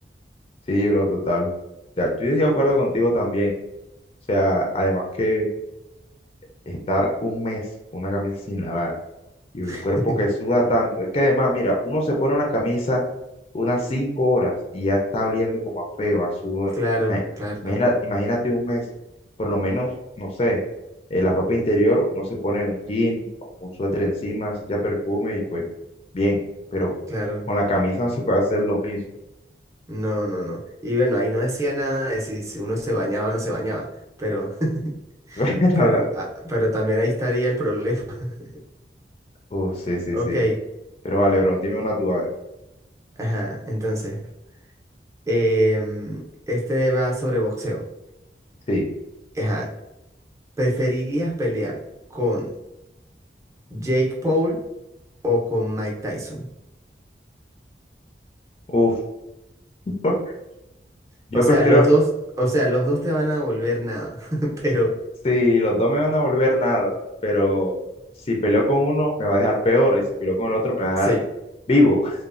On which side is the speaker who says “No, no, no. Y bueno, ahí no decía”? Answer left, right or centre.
Right